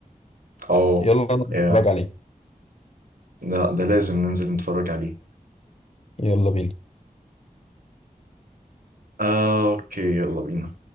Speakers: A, on the right (about 80°); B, on the left (about 45°).
A: اه
B: يلا نتفرج
A: يا
B: عليه
A: ده, ده لازم ننزل نتفرج عليه
B: يلا بينا
A: آه، أوكي يلا بينا